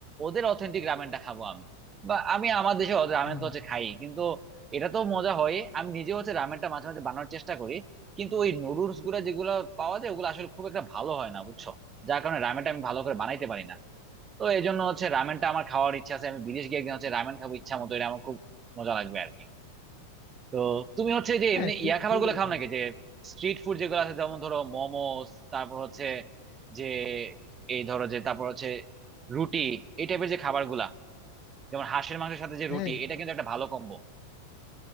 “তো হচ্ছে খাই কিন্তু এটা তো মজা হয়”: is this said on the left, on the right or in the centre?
Right